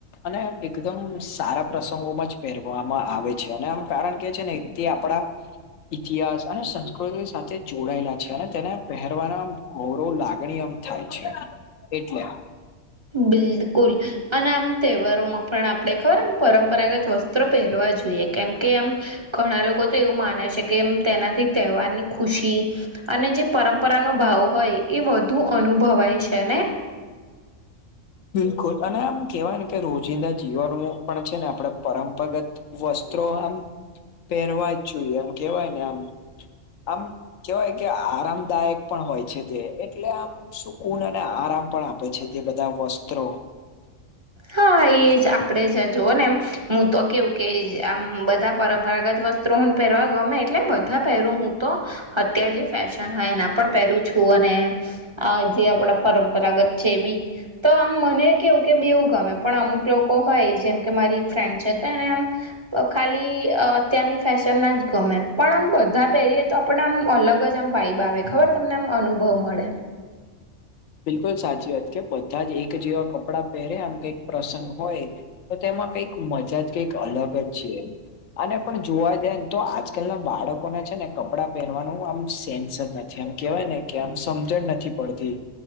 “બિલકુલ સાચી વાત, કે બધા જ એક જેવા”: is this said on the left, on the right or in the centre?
Left